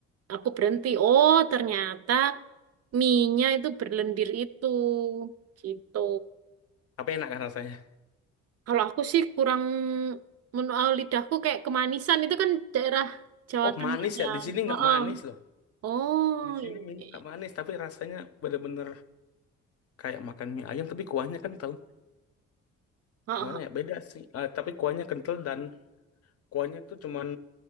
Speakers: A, on the right; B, on the left.
A: Aku berhenti. Oh, ternyata mie-nya itu berlendir itu. Gitu.
B: tapi enak kan rasanya.
A: Kalau aku sih kurang menurut lidahku kayak kemanisan itu kan daerah Jawa
B: Oh,
A: Tengah
B: manis
A: ya.
B: ya. Di sini
A: Heeh.
B: nggak manis loh.
A: Oh,
B: Di sini
A: iya.
B: mie
A: iya. iya.
B: nggak manis, tapi rasanya bener-bener kayak makan mie ayam, tapi kuahnya kental.
A: Heeh.
B: Gimana ya? Beda sih. Eh, tapi kuahnya kental dan kuahnya tuh cuman